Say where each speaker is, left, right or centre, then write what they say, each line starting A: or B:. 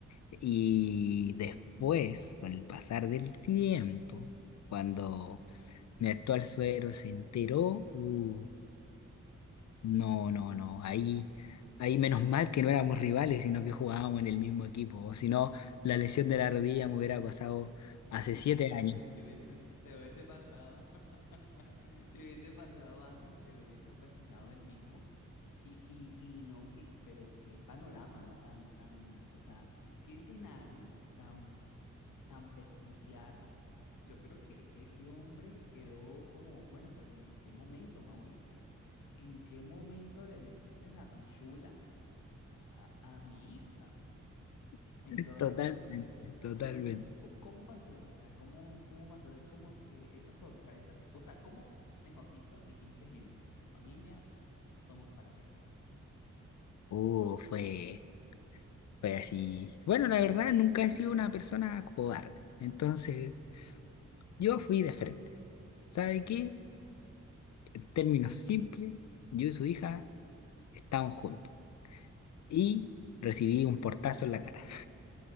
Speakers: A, on the left; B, on the left.
A: Y después, con el pasar del tiempo, cuando mi actual suegro se enteró, uh, no, no, no, ahí, ahí menos mal que no éramos rivales, sino que jugábamos en el mismo equipo. O si no, la lesión de la rodilla me hubiera pasado hace
B: Antes,
A: siete
B: antes,
A: años.
B: te hubiesen, te hubiese pasado, <laughs> te hubiese pasado antes y te lo hubiese ocasionado el mismo. Y, y, y no, que, pero qué panorama, ¿no? Tan, tan, o sea, qué, qué escenario tan tan peculiar, yo creo que ese hombre quedó como, bueno, pero ¿y en qué momento, Mauricio? ¿En qué momento le metiste la pichula a, a mi hija?
A: <laughs>
B: Entonces,
A: Totalmente,
B: fue
A: totalmente.
B: una... si, co- ¿Cómo pasó eso? O sea, ¿cómo, cómo pasó? Como que esa sorpresa, esa- o sea, ¿cómo, mejor dicho, dijiste, miren, familia, somos pareja?
A: Uh, fue. Fue así. Bueno, la verdad, nunca he sido una persona cobarde. Entonces, yo fui de frente. ¿Sabe qué? En términos simples, yo y su hija estábamos juntos. Y recibí un portazo en la cara.